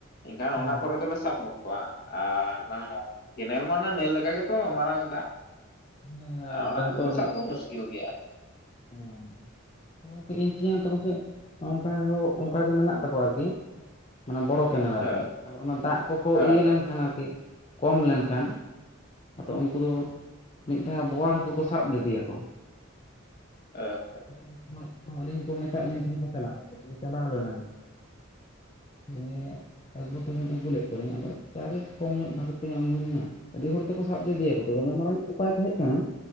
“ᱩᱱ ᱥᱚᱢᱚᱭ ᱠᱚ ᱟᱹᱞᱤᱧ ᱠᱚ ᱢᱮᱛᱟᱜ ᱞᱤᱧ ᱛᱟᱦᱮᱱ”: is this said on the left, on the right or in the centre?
Left